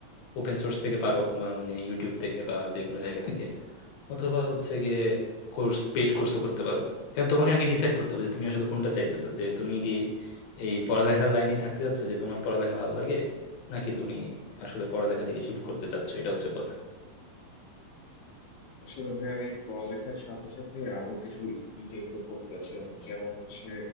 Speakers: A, on the left; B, on the left.
A: ওপেন সোর্স থেকে পারো বা মানে ইউটিউব থেকে বা যে কোনো জায়গা থেকে অথবা হচ্ছে গিয়ে কোর্স পেইড কোর্সও করতে পারো এখন তোমাকে আগে ডিসাইড করতে হবে যে তুমি আসলে কোনটা চাইতেছো যে তুমি কি এই পড়ালেখার লাইনেই থাকতে চাচ্ছ যে তোমার পড়ালেখা ভালো লাগে নাকি তুমি আসলে পড়ালেখা থেকে শিফট করতে চাচ্ছ এটা হচ্ছে কথা
B: আসলে ভাই আমি পড়ালেখার সাথে সাথে আরো কিছু স্কিল ডেভেলপ করতে চাচ্ছিলাম যেমন হচ্ছে